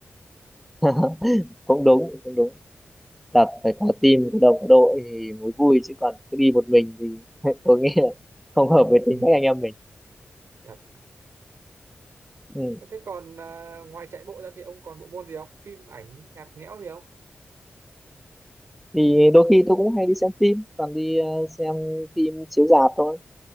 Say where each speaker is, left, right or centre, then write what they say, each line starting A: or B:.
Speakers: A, in the centre; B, on the right.
A: <laughs> Cũng đúng, cũng đúng. Tập phải có team, có đồng, có đội thì mới vui chứ còn cứ đi một mình thì <laughs> tôi nghĩ là không hợp với
B: <laughs>
A: tính cách anh em mình.
B: thật
A: Ừ.
B: thế còn à, ngoài chạy bộ ra thì ông còn bộ môn gì không phim ảnh nhạc nhẽo gì không
A: Thì đôi khi tôi cũng hay đi xem phim, toàn đi ờ, xem phim chiếu rạp thôi.